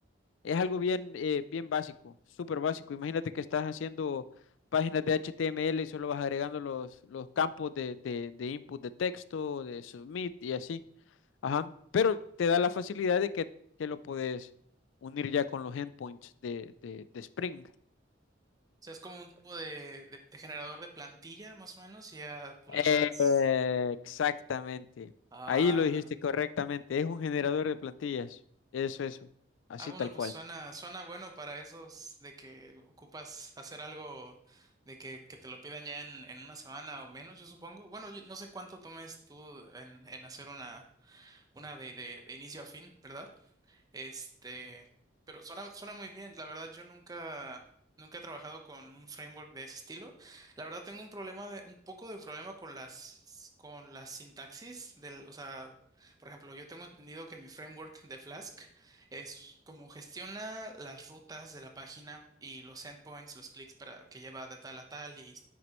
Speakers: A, on the left; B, on the right.
A: es algo bien, eh, bien básico, súper básico. Imagínate que estás haciendo páginas de HTML y solo vas agregando los, los campos de, de- de input de texto, de submit y así. Ajá. Pero te da la facilidad de que, que lo puedes unir ya con los endpoints de, de- de Spring.
B: O sea, es como un tipo de, de- de generador de plantilla, más o menos, y ya tú le
A: Eh,
B: vas.
A: eh, exactamente.
B: Ah.
A: Ahí lo dijiste correctamente. Es un generador de plantillas. Eso, eso. Así
B: Ah, bueno,
A: tal
B: pues
A: cual.
B: suena, suena bueno para esos de que ocupas hacer algo de que, que te lo pidan ya en, en una semana o menos, yo supongo. Bueno, yo no sé cuánto tomes tú en, en hacer una, una de, de, de inicio a fin, ¿verdad? Este, pero suena, suena muy bien. La verdad, yo nunca, nunca he trabajado con un framework de ese estilo. La verdad, tengo un problema de, un poco de problema con las, con las sintaxis del, o sea, por ejemplo, yo tengo entendido que mi framework de Flask es como gestiona las rutas de la página y los endpoints, los clics para que lleva de tal a tal y,